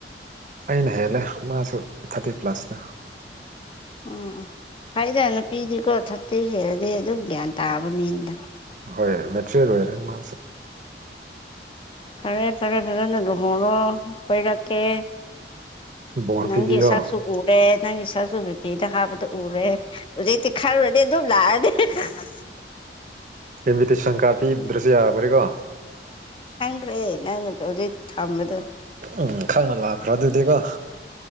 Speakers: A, on the right; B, on the left.
A: ꯑꯩꯅ ꯍꯦꯜꯂꯦ ꯃꯥꯁꯨ ꯊꯥꯔꯇꯤ ꯄ꯭ꯂꯁꯅ
B: ꯎꯝ ꯐꯥꯏꯗ ꯅꯨꯄꯤꯗꯤꯀꯣ ꯊꯛꯇꯤ ꯍꯦꯜꯂꯗꯤ ꯑꯗꯨꯝ ꯒ꯭ꯌꯥꯟ ꯇꯥꯕ ꯃꯤꯅꯤ
A: ꯍꯣꯏ ꯃꯦꯆ꯭ꯔ ꯑꯣꯏꯔꯦ ꯃꯥꯁꯦ
B: ꯍ ꯐꯔ ꯐꯖꯅ ꯂꯨꯍꯔꯣ ꯀꯣꯏꯔꯛꯀꯦ
A: ꯕꯣꯔ
B: ꯅꯪꯒꯤ
A: ꯄꯤꯕꯤꯌꯣ
B: ꯁꯛꯁꯨ ꯎꯔꯦ ꯅꯪꯒꯤ ꯏꯥꯁꯨ ꯗꯤꯄꯤꯗ ꯍꯥꯞꯕꯗ ꯎꯔꯦ ꯍꯧꯖꯤꯛꯇꯤ ꯈꯪꯉꯪꯔꯗꯤ ꯑꯗꯨꯝ ꯂꯥꯛꯑꯅꯤ <unintelligible>
A: ꯏꯟꯚꯤꯇꯦꯁꯟ ꯀꯥ꯭ꯔꯠ ꯄꯤꯗ꯭ꯔꯁꯨ ꯌꯥꯈ꯭ꯔꯦꯀꯣ
B: ꯍꯦ ꯅꯪꯅ ꯀꯣꯖꯤꯩ ꯊꯝꯝꯕꯗꯣ
A: ꯎꯝ ꯈꯪꯅ ꯂꯥꯛꯈ꯭ꯔꯣ ꯑꯗꯨꯗꯤꯀꯣ